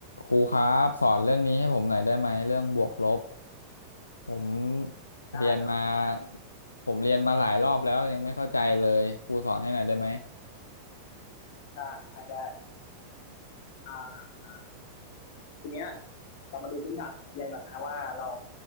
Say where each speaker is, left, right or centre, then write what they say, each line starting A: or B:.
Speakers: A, on the left; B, on the left.
A: ครูครับสอนเรื่องนี้ให้ผมหน่อยได้ไหมเรื่องบวกลบผม
B: ได้ครับผมได้
A: เรียนมาผมเรียนมาหลายรอบแล้วยังไม่เข้าใจเลยครูสอนให้หน่อยได้ไหม
B: ได้ได้อ่าทีเนี้ยเรามาดูพื้นฐานของนักเรียนก่อนนะว่าเรา